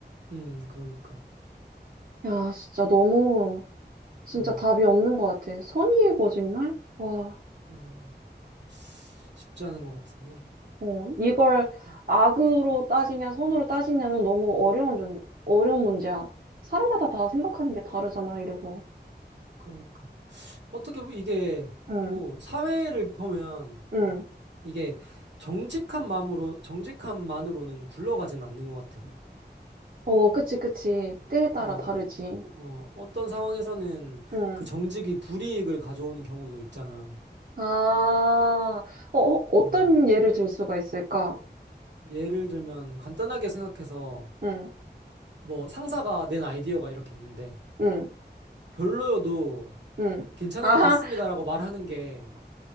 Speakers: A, on the right; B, on the right.
A: 음, 그러니까.
B: 야, 진짜 너무, 진짜
A: 음,
B: 답이 없는 것 같아. 선의의 거짓말? 와,
A: 음. 쉽지 않은 것 같은데.
B: 어, 이걸
A: 음,
B: 악으로 따지냐, 선으로 따지냐는 너무 어려운, 존- 어려운 문제야. 사람마다 다 생각하는 게 다르잖아, 이래서.
A: 그러니까. 어떻게 보면 이게
B: 응,
A: 또 사회를 보면
B: 응.
A: 이게 정직한 마음으로, 정직한 만으로는 굴러가진 않는 것 같아.
B: 어, 그치, 그치. 때에 따라
A: 어,
B: 다르지.
A: 어, 어떤 상황에서는
B: 응.
A: 그 정직이 불이익을 가져오는 경우도 있잖아.
B: 아, 어, 어, 어떤
A: 어,
B: 예를 들 수가 있을까?
A: 예를 들면 간단하게 생각해서
B: 응,
A: 뭐 상사가 낸 아이디어가 이렇게 있는데
B: 응,
A: 별로여도
B: 응.
A: 괜찮은
B: <laughs>
A: 것
B: 아하,
A: 같습니다라고 말하는 게